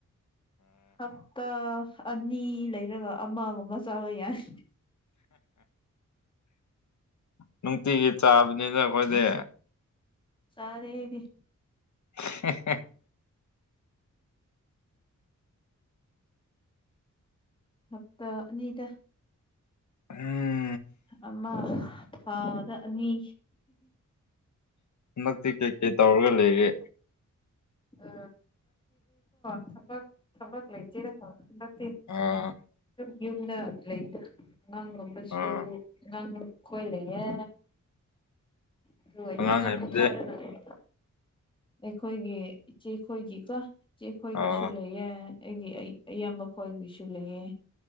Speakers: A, on the left; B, on the left.
A: ꯍꯥꯞꯇ ꯑꯅꯤ ꯂꯩꯔꯒ ꯑꯃꯒꯨꯝꯕ ꯆꯥꯕ ꯌꯥꯏ
B: ꯅꯨꯡꯇꯤꯒꯤ ꯆꯥꯕꯅꯤꯗ ꯑꯈꯣꯏꯗꯤ
A: ꯆꯥꯗꯦ ꯑꯩꯗꯤ
B: <unintelligible>
A: ꯍꯞꯇꯥ ꯑꯅꯤꯗ
B: ꯎꯝ
A: ꯑꯃ ꯊꯥꯗ ꯑꯅꯤ
B: ꯅꯪꯇꯤ ꯀꯩꯀꯩ ꯇꯧꯔꯒ ꯂꯩꯔꯦ
A: ꯑ <inaudible> ꯊꯕꯛ ꯊꯕꯛ ꯂꯩꯇꯦꯗ ꯍꯟꯗꯛ ꯑꯗꯨꯝ
B: ꯑꯥ
A: ꯌꯨꯝꯗ ꯂꯩꯗ ꯑꯉꯥꯡꯒꯨꯝꯕꯁꯨ
B: ꯑꯥ
A: <inaudible> ꯑꯩꯈꯣꯏ ꯂꯩꯌꯦ ꯑꯗꯨꯒ
B: ꯑꯉꯥꯡ
A: ꯌꯨꯝꯗ
B: ꯍꯥꯏꯕꯗꯤ
A: ꯄꯣꯊꯥꯔꯒ ꯂꯩꯔꯦ ꯑꯩꯈꯣꯏꯒꯤ ꯏꯆꯦꯈꯣꯏꯒꯤꯀꯣ ꯏꯆꯦꯈꯣꯏꯒꯤꯁꯨ
B: ꯑꯥ
A: ꯂꯩꯌꯦ ꯑꯩꯒꯤ ꯑꯌꯥꯝꯕ ꯈꯣꯏꯒꯤꯁꯨ ꯂꯩꯌꯦ